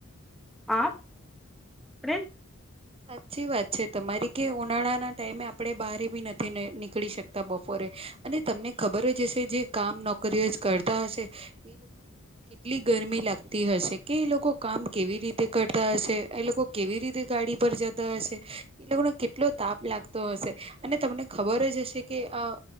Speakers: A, in the centre; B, on the right.
A: આઠ <inaudible>
B: સાચી વાત છે તમારી કે ઉનાળાના ટાઈમે આપડે બહાર બી નથી નીકળી શકતા બપોરે અને તમને ખબર જ હશે જે કામ નોકરીઓ જ કરતા હશે એ લોકો
A: <inaudible>
B: કેટલી ગરમી લાગતી હશે કે એ લોકો કામ કેવી રીતે કરતા હશે એ લોકો કેવી રીતે ગાડી ઉપર જતા હશે એ લોકોને કેટલો તાપ લાગતો હશે અને તમને ખબર જ હશે કે આ